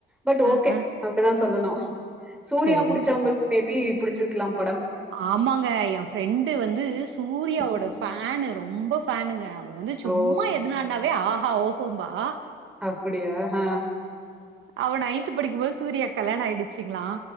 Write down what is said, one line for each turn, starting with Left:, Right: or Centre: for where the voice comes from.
Centre: பட்
Right: ஆ
Centre: ஓகே
Right: ஆ
Centre: அப்டிதான் சொல்லணும் சூர்யா
Right: சேரி
Centre: புடிச்சவங்களுக்கு
Right: சேரி
Centre: மேபி புடிச்சிருக்கலாம் படம்
Right: ஆமாங்க என் ஃப்ரெண்டு வந்து சூர்யாவோட
Centre: ம்.
Right: ஃபேனு ரொம்ப ஃபேனுங்க வந்து சும்மா
Centre: ஓ
Right: எதுனானாவே ஆ ஓஹம்பா ஆ
Centre: அப்டியா ஆ
Right: அவ நையன்த் படிக்கும்போது சூர்யா கல்யாணம் ஆயிடுச்சுங்களா